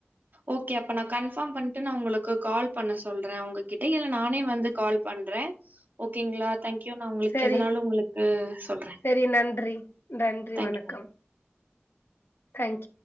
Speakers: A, on the right; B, on the left.
A: ஓகே அப்ப நான் கன்ஃபார்ம் பண்டு நான் உங்களுக்கு கால் பண்ண சொல்றேன் உங்ககிட்ட இல்ல நானே வந்து கால் பண்றேன் ஓகேங்களா தேங்க் நான் உங்களுக்கு
B: சரி,
A: எதனாலும் உங்களுக்கு சொல்றேன்
B: சரி நன்றி. நன்றி
A: தேங்க்
B: வணக்கம்
A: யூ.
B: தேங்